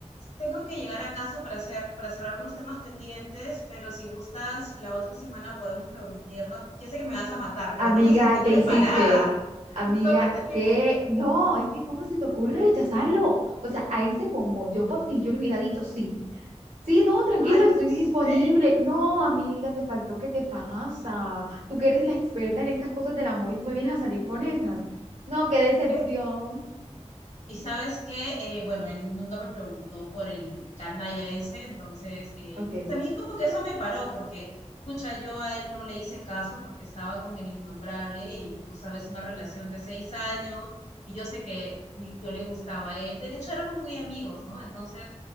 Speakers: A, on the left; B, on the right.
A: tengo que llegar a casa para hacer, para cerrar unos temas pendientes, pero si gustas, la otra semana podemos reunirnos. Ya sé que me vas a matar, pero
B: Amiga,
A: no me sentí
B: ¿qué
A: preparada.
B: hiciste?
A: <laughs>
B: Amiga,
A: No me sentí
B: ¿qué?
A: preparada.
B: No, es que ¿cómo se te ocurre rechazarlo? O sea, a ese bombón, yo por ti, yo le hubiera dicho, sí, sí, no, tranquilo,
A: Ay,
B: estoy
A: no
B: disponible.
A: sé.
B: No, amiga, te faltó, ¿qué te pasa? Tú que eres la experta en estas cosas del amor y tú me vienes a salir con esas. No, qué decepción.
A: Eh, Y sabes que, eh, bueno, él nunca me preguntó por el canalla ese, entonces eh,
B: Ok,
A: también como que eso me paró, porque, escucha, yo a él no le hice caso porque estaba con el innombrable y tú sabes, una relación de seis años y yo sé que yo le gustaba a él. De hecho, éramos muy amigos, ¿no? Entonces,